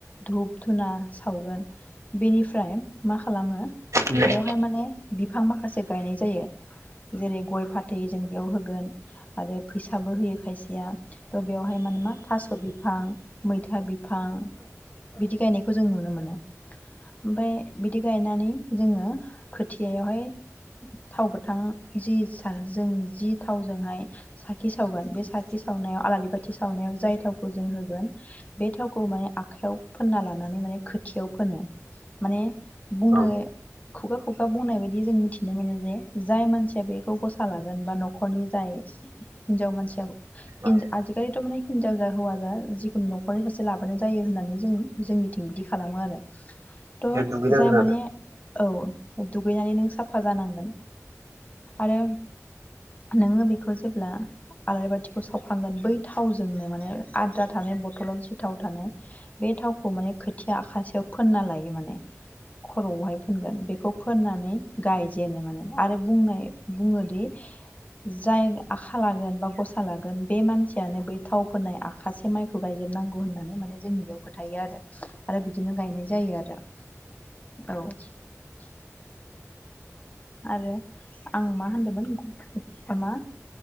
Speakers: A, on the left; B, on the right.
A: धुप धुना सावगोन बेनिफ्राय मा खालामो
B: औ औ औ
A: बेवहाय माने बिफां माखासे गायनाय जायो। जेरै गय फाथै जों बेयाव होगोन, आरो फैसाबो होयो खायसेया थ' बेवहाय माने मा थास' बिफां मैथा बिफां बिदि गायनायखौ जों नुनो मोनो, ओमफाय बिदि गायनानै जोङो खोथियायावहाय थाव गोथां जि जों जि थावजोंहाय साखि सावगोन, बे साखि सावनायाव आलारि बाथि सावनायाव जाय थावखौ जों होगोन बे थावखौ माने आखायाव फोनना लानानै माने खोथियाव फोनो माने बुंनो
B: औ
A: खुगा खुगा बुंनाय बायदि जों मिथिनो मोनो जे, जाय मानसिया बेखौ गसा लागोन बा न'खरनि जाय हिनजाव मानसिया
B: औ
A: आजिखालिथ' माने हिनजाव जा हौव जिखुनु न'खरनि सासे लाबोनाय जायो होननानै। जों जोंनिथिं बिदि खालामो आरो। त'
B: बे दुगैनांगोन
A: जाय माने
B: आरो
A: औ दुगैनानै नों साफा जानांगोन आरो, नोङो बेखौ जेब्ला आलारि बाथिखौ सावखांगोन। बै थावजोंनो माने आद्रा थानाय बथलाव जि थाव थानाय। बे थावखौ माने खोथिया आखासेयाव फोनना लायो माने। खर'आवहाय फोनगोन, बेखौ फोननानै गायजेनो माने, आरो बुंनाय बुङोदि जाय आखा लागोन बा गसा लागोन बे मानसियानो बै थाव फोननाय आखासे माइखौ गायजोबनांगौ होननानै माने जोंनि बेयाव फोथायो आरो, आरो बिदिनो गायनाय जायो आरो औ। आरो आं मा होनदोंमोन म मा